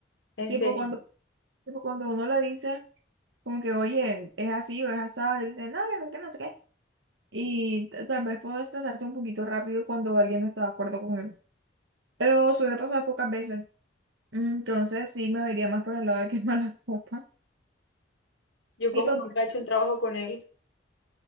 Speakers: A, on the left (about 85°); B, on the right (about 80°).
A: En
B: tipo
A: serio.
B: cuando, tipo cuando uno le dice como que, oye, es así o es asado, y dice, no, que no sé qué, no sé qué, y t- tal vez puedo estresarse un poquito rápido cuando alguien no está de acuerdo con él, pero suele pasar pocas veces. Entonces sí me iría más por el lado de que es mala copa.
A: Yo como
B: Y, pues,
A: nunca he hecho un trabajo con él,